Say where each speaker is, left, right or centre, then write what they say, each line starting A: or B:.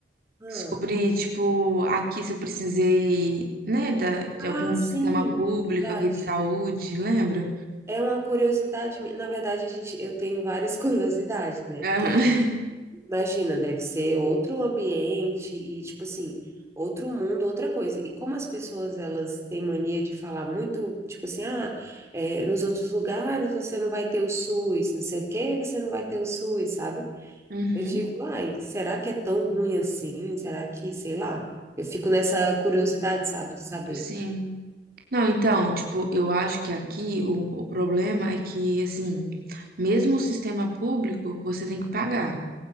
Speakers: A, on the right; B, on the right.
A: Ah,
B: sobre, tipo, aqui se eu precisei, né, da, de algum
A: ah, sim,
B: sistema público
A: verdade.
B: aqui de saúde, lembra?
A: Sim. É uma curiosidade, minha. na verdade, a gente, eu tenho várias <laughs> curiosidades, né?
B: Aham.
A: Porque
B: <laughs>
A: Imagina, deve ser outro ambiente e, tipo assim, outro mundo, outra coisa. E como as pessoas, elas têm mania de falar muito, tipo assim, ah, é, nos outros lugares você não vai ter o SUS, não sei o quê, você não vai ter o SUS, sabe?
B: Uhum,
A: Eu digo, ai, será que é tão ruim assim? Será que, sei lá? Eu fico nessa curiosidade, sabe, de saber.
B: sim. Não, então, tipo, eu acho que aqui o, o problema é que, assim, mesmo o sistema público, você tem que pagar.